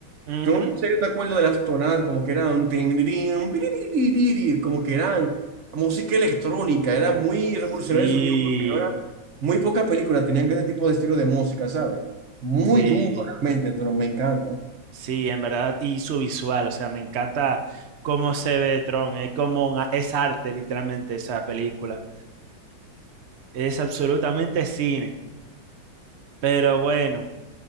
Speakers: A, on the right; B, on the right.
A: ujú,
B: Yo no sé, yo te acuerdo de las tonadas, como que eran, tin, dirin, piririririri, como que eran música electrónica, era muy revolucionario
A: Sí,
B: en su tiempo, porque no eran, muy pocas películas tenían ese tipo de estilo de música, ¿sabes? Muy
A: sí,
B: duro realmente, pero me encanta.
A: sí, en verdad. Y su visual, o sea, me encanta cómo se ve Tron. Es como una- es arte, literalmente, esa película. Es absolutamente cine. Pero bueno,